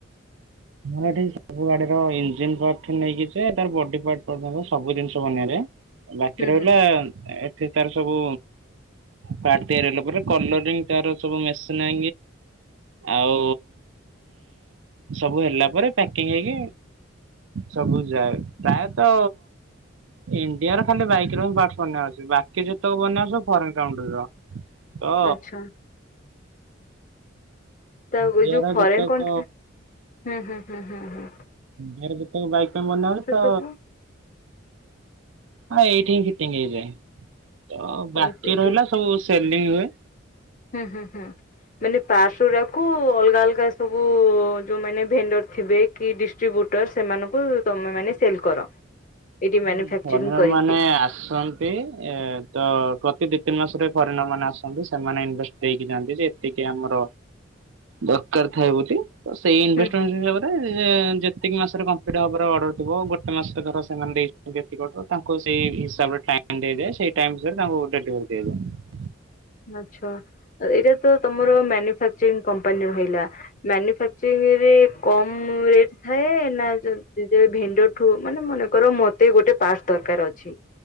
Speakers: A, on the right; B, on the left.
A: ଆମର ଏଠି ସବୁ ଗାଡିର ଇଞ୍ଜିିନ ପାର୍ଟ ନେଇକି ତାର ବଡି ପାଟ ସବୁ ଜିନିଷ ବନିଆରେ। ବାକି
B: ହୁଁ
A: ରହିଲା
B: ହୁଁ
A: ଏଠି ତାର ସବୁ ପାର୍ଟ ତିଆରି ହେଲା ପରେ କଲରିଂ ତାର ସବୁ ମେସିନ୍ ଆ ଆଉ ସବୁ ହେଲା ପରେ ପ୍ୟାକିଂ ହେଇକି ସବୁ ଯାଏ ପ୍ରାୟତ ଇଣ୍ଡିଆର ଖାଲି ବାଇକ ପାର୍ଟସ ବାନାହଉଛି ବାକି ଯେତେକ ବନାହଉଚି ସବୁ ଫରେନ୍ କଣ୍ଟ୍ରୀ ର। ଓ।
B: ଆଚ୍ଛା ତା
A: ଇଣ୍ଡିଆର
B: ଏ ଯୋଉ ଫରେନ୍
A: ଯେତେକ
B: କଣ୍ଟ୍ରି ହଁଁ ହଁ ହଁ।
A: କାର ଯେତେବେଳେ ବାଇକ ପାଇଁ ବନାହଉଚି ତ
B: ସବୁ
A: ହଁ ଏଇଠି ହିଁ ଫିଟ୍ଟିଂ ହେଇଯାଏ। ତ
B: ଆଉ
A: ବାକି
B: ସେଇଠି
A: ରହିଲା ସବୁ ସେଲିଙ୍ଗ ହୁଏ।
B: ହୁଁ ହୁଁ ହୁଁ। ମାନେ ପାର୍ଟିସ ଗୁଡାକୁ ଅଲଗା ଅଲଗା ସବୁ ଯୋଉ ମାନେ ଭେଣ୍ଡର ଥିବେ କି ଡିସ ଟିବୁଟର ସେମାନଙ୍କୁ ତମେ ମାନେ ସେଲ କର। ଏଇଠି ମାନୁଫାକ୍ଚରିଂ
A: ହୁଁ ଫରେନ୍ ନର
B: କରିକି।
A: ମାନେ ଆସନ ନ୍ତି ତ ପ୍ରତି ଦିଇ ତିନି ମାସରେ ଫରେନର ମାନେ ଆସନ୍ତି ସେମାନେ ଇନଭେଷ୍ଟ ଦେଇକି ଯାଆନ୍ତି ଯେ ଟିକେ ଆମର ଦରକାର ଥାଏ ବୋଲି ତ ସେଇ ଇନଭେଷ୍ଟ
B: ହୁଁ ହୁଁ
A: ମେଣ୍ଟ ତାଏ ଯେତିକି ମାସରେ କମ୍ପ୍ଲିଟ ହବର ଅର୍ଡର ଥିବ ଗୋଟେ ମାସରେ ଧର ସେମାନେ ଦେଇ ଯେତିକ ତାଙ୍କୁ ସେଇ ହିସାବରେ ଟାଇମ ଦେଇ ଦିଆ ଯାଏ ସେଇ ଟାଇମ ଭିତରେ ତାଙ୍କୁ ଡେଲିଭେରି ଦିଆଯାଏ।
B: ମାଛ ଏଇଟା ତ ତମର ମାନୁଫାକ୍ଚରିଂ କମ୍ପାନୀ ରହିଲା। ମନୁଫେକ୍ଚରିଂ ରେ କମ ରେଟ ଥାଏ ନା ଯେ ଭେଣ୍ଡ ଠୁ ମାନେ ମନେକର ମତେ ଗୋଟେ ପର୍ଟ୍ସ ଦରକାର ଅଛି।